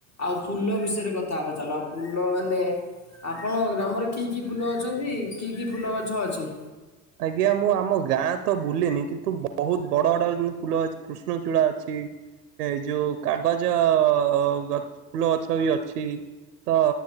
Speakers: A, on the left; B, on the right.
A: ଆଉ ଫୁଲ ବିଷୟରେ କଥା ହବା ଚାଲ ଫୁଲ ମାନେ ଆପଣ ଗ୍ରାମରେ କି କି ଫୁଲ ଅଛନ୍ତି କି କି ଫୁଲ ଗଛ ଅଛି?
B: ଆଜ୍ଞା ମୁଁ ଆମ ଗାଁ ତ ବୁଲିନି କିନ୍ତୁ ବୋହୁତ ବଡ ବଡ ଫୁଲ ଅଛି କୃଷ୍ଣଚୂଡା ଅଛି। ଏ ଯୋଉ କାଗଜ ଗ ଫୁଲ ଗଛ ବି ଅଛି। ତ